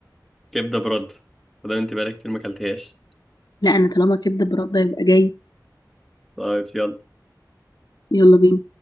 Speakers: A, in the centre; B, on the left.
A: كبدة برد وده انت بقالك كتير ما اكلتهاش
B: لا انا طالما كبده برده يبقى جاي
A: طيب يلا
B: يلا بينا